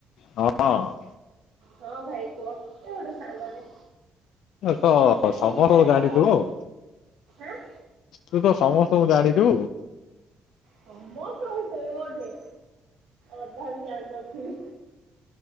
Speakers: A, on the left; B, on the right.
A: ହଁ ଅଁ।
B: ହଁ ଭାଇ କୁହ ଇଏ ଗୋଟେ ସାଙ୍ଗଟେ।
A: ତ
B: ସେଇ ଝିଅଟି
A: ସମସ୍ତଙ୍କୁ
B: ଦେଖାହେଇ
A: ଜାଣିଥିବୁ
B: ଗଲା
A: ଆଉ।
B: ଏଁ।
A: ତୁ ତ ସମସ୍ତଙ୍କୁ ଜାଣିଚୁ।
B: ସମସ୍ତଙ୍କୁ କୋଉଠି ଅଧା ବି ଜାଣିନଥିବି?